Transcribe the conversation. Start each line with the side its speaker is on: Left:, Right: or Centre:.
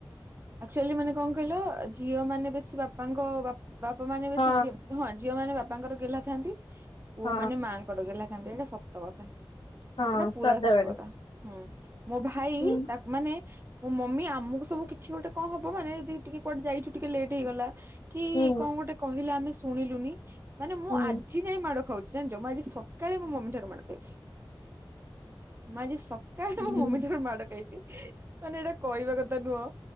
Right: ଆଚୁଆଲି ମାନେ କଣ କହିଲ ଝିଅ ମାନେ ବେଶୀ ବାପାଙ୍କ ବାପା ମାନେ ବେଶୀ
Left: ହଁ
Right: ଝିଅ ହଁ ଝିଅ ମାନ ବାପା ତାଙ୍କର ଗେ୍ଲା ଥାନ୍ତି। ପୁଅ
Left: ହଁ
Right: ମାନେ ମାଆଙ୍କର ଗେହ୍ଲା ଥାନ୍ତେ ଏଇଟା ସତ କଥା
Left: ହଁ
Right: ଏଇଟା ପୁରା
Left: ସଦାବେଳେ
Right: ସତ କଥା ହୁଁ। ମୋ ଭାଇ
Left: ହୁଁ
Right: ତା ମାନେ ମୋ ମମି ଆମକୁ ସବୁ କି ଛି ଗୋଟେ କଣ ହବାନେ ଯଦି ଟିକେ କୁଆେ ଯାଇଛୁ ଟିକେ ଲେଟ୍ ହେଇଗଲା କି
Left: ହୁଁ
Right: କଣ ଗୋଟେ କହିଲେ ଆମେ ସୁ ଶୁଣିଲୁନି ମାନେ ମୁଁ
Left: ହୁଁ
Right: ଆଜି ଯାଇ ମାଡ ଖାଉଛି ଜାଣିଛ ମୁଁ ଆଜି ସକାଳେ ମୋ ମମି ଠାରୁ ମାଡ ଖାଇଛି ମୁଁ ଆଜି ସ କାହିଁ
Left: ହୁଁ
Right: ମୋ ମମି ଠାରୁ ମାଡ ଖାଇଛି ମାନେ ଏଇଟା କହିବା କଥା ନୁହଁ।